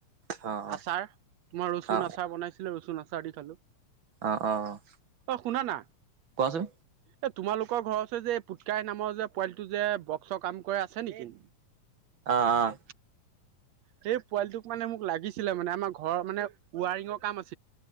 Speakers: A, on the right; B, on the right.
A: অ'
B: আচাৰ তোমাৰ ৰচুন
A: অ
B: আচাৰ বনাইছিলে। ৰচুন আচাৰ দি খালো।
A: অ' অ' অ'
B: অ' শুনা না।
A: কোৱাচোন
B: এ তোমালোকৰ ঘৰ হৈছে যে এই পুটকাই নামৰ যে পোৱালিটো যে বক্সৰ কাম কৰে আছে নেকি?
A: অ' অ'
B: সেই পোৱালিটোক মানে মোক লাগিছিলে মানে আমাৰ ঘৰৰ মানে ৱাৰিঙৰ কাম আছে।